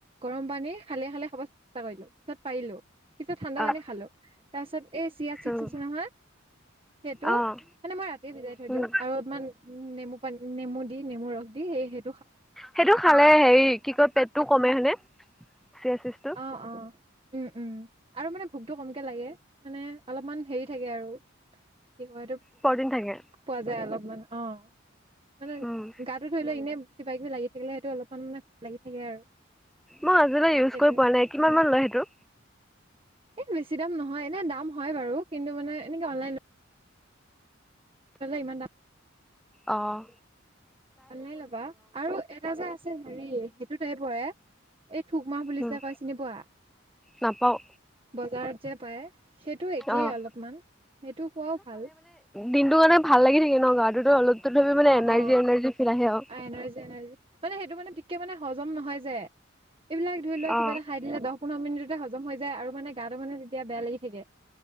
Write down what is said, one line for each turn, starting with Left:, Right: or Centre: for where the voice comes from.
Right: গৰম পানী খালে খালে খাব চেষ্টা কৰিলো। পিছত পাৰিলো। পিছত ঠাণ্ডা
Centre: অ'।
Right: পানী খালো তাৰপিছত এই চিয়া চিটচিদ
Centre: উম,
Right: নহয়। সেইটো
Centre: অ',
Right: মানে মই ৰাতি ভিজাই থৈ
Centre: উম।
Right: দিওঁ আৰু অলপমান উম নেমু পানী নেমু দি নেমু ৰস দি সেই সেই
Centre: সেইটো খালে সেই কি কয় পেটটো কমে হয়নে? চিয়াচিদছটো।
Right: অ অ উম উম আৰু মানে ভোকটো কমকে লাগে। মানে অলপমান হেৰি থাকে আৰু কি কয় এটোক,
Centre: প্ৰটিন থাকে,
Right: পোৱা যায় অলপমান অ মানে
Centre: উম।
Right: গাটো ধৰি লোৱা এনে। কিবা কিবি লাগি থাকিলে সেইটো অলপমান মানে লাগি থাকে আৰু।
Centre: মই আজিলৈ ইউজ
Right: সেইটোৱে
Centre: কৰি পোৱা নাই কিমান মান লয় সেইটো?
Right: এ বেছি দাম নহয়। এনে দাম হয় বাৰু কিন্তু মানে এনেকে অনলাইন ইমান দাম।
Centre: অহ।
Right: অনলাইন ল'বা আৰু এটা যে আছে হেৰি সেইটো টাইপৰে। এই থুক মাহ বুলি
Centre: উম,
Right: যে কয় চিনি পোৱা?
Centre: নাপাওঁ
Right: বজাৰত যে পায়? সেইটো একেই
Centre: অ'।
Right: অলপমান। সেইটো খোৱাও ভাল।
Centre: দিনটো কাৰণে ভাল লাগি থাকে ন গাটোত অলপ। তথাপি মানে
Right: অ অ
Centre: এনাৰ্জি এনাৰ্জি ফিল আহে আৰু।
Right: এনাৰ্জি এনাৰ্জি মানে সেইটো মানে তিককে মানে হজম নহয় যে। এইবিলাক ধৰি লোৱা
Centre: অ,
Right: কিবা এটা খাই দিলে দহ পোন্ধৰ মিনিটতে হজম হৈ যায় আৰু মানে গাটো মানে তেতিয়া বেয়া লাগি থাকে।